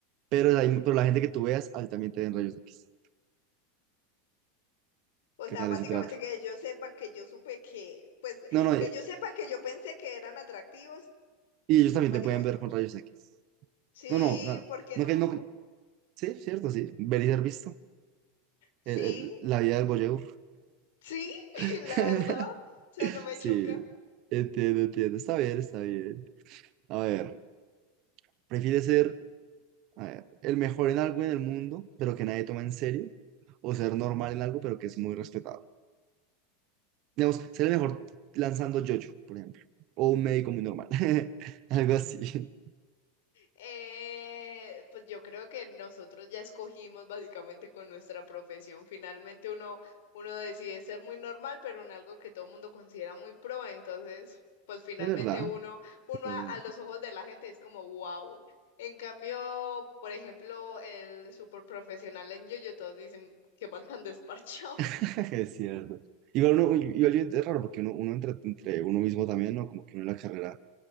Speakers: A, on the right (about 35°); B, on the left (about 80°).
A: pero, la- pero la gente que tú veas, a ti también te ven rayos X.
B: O
A: ¿Qué
B: sea,
A: tal
B: básicamente
A: ese trato?
B: que ellos sepan que yo supe que, pues,
A: No, no,
B: que
A: y
B: ellos sepan que yo pensé que eran atractivos,
A: y ellos también
B: básicamente.
A: te pueden ver con rayos X.
B: Sí,
A: No, no, no,
B: ¿por qué
A: no
B: no?
A: que no. que- Sí, cierto, sí. Ver y ser visto.
B: Sí,
A: El- el- la vida del voyeur.
B: sí, <laughs>
A: <laughs>
B: la verdad, o sea, no me
A: Sí,
B: choca.
A: entiendo, entiendo. Está bien, está bien. A ver, ¿prefieres ser a ver, el mejor en algo en el mundo, pero que nadie toma en serio? ¿O ser normal en algo, pero que es muy respetado? Digamos, ser el mejor lanzando yoyo, por ejemplo. O un médico muy normal. <laughs> Algo así.
B: Eh, pues yo creo que nosotros ya escogimos básicamente con nuestra profesión. Finalmente uno, uno decide ser muy normal, pero en algo que todo el mundo considera muy pro. Entonces, pues finalmente
A: Es verdad,
B: uno, uno
A: es verdad.
B: a, a los ojos de la gente es como wow. En cambio, por ejemplo, el super profesional en yo todos dicen que man tan desparchado.
A: <laughs> Es cierto. Igual uno, igual yo- es raro porque uno, uno entre, entre uno mismo también, ¿no? Como que uno en la carrera,